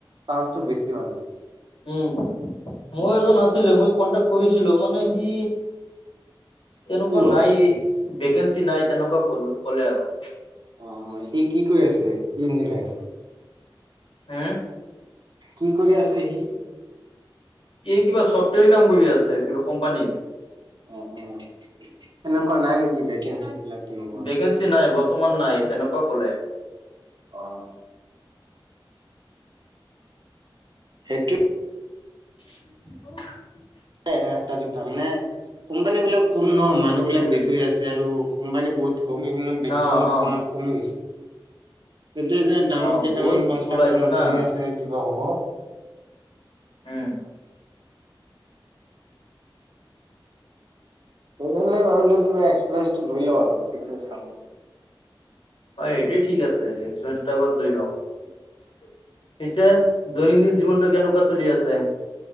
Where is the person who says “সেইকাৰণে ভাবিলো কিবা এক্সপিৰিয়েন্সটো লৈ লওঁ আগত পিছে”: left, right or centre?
Right